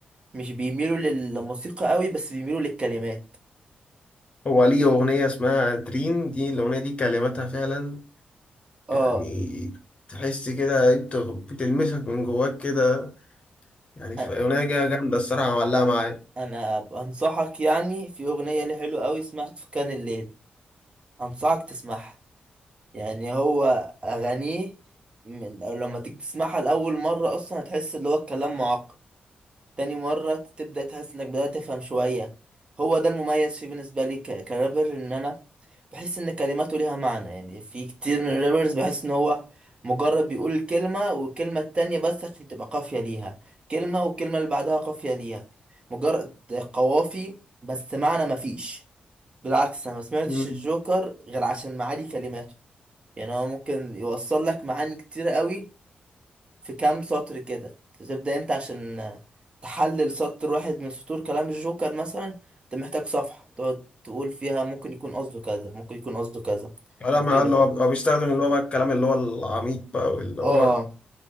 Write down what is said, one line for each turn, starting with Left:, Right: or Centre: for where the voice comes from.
Right: مش بيميلوا للموسيقى قوي بس بيميلوا للكلمات
Left: هو ليه اغنيه اسمها دريم دي الاغنيه دي كلماتها فعلا
Right: اه
Left: يعني تحس كده بتغ- بتلمسك من جواك كده يعني في
Right: أ-
Left: اغنيه جا- جامده الصراحه معلقه معايا
Right: انا انصحك يعني في اغنية ليه حلوة قوي اسمها سكان الليل انصحك تسمعها يعني هو اغانيه من لما تيجي تسمعها لاول مرة اصلا هتحس اللي هو الكلام معقد تاني مرة تبدأ تحس انك بدأت تفهم شوية هو ده المميز فيه بالنسبة لي ك- كرابر ان انا بحس ان كلماته ليها معنى يعني في كتير من الرابرز بحس ان هو مجرد بيقول الكلمة والكلمة التانية بس عشان تبقى قافية ليها كلمة والكلمة اللي بعدها قافية ليها مجرد قوافي بس معنى مفيش بالعكس انا ما سمعتش
Left: اه
Right: الجوكر غير عشان معاني كلماته يعني هو ممكن يوصل لك معاني كتير قوي في كام سطر كده تبدأ انت عشان تحلل سطر واحد من سطور كلام الجوكر مثلا انت محتاج صفحة تقعد تقول فيها ممكن يكون قصده كذا ممكن يكون قصده كذا
Left: لا
Right: ممكن
Left: ما اللي
Right: ي-
Left: هو هو بيستخدم اللي هو بقى الكلام اللي هو العميق بقى واللي
Right: اه
Left: هو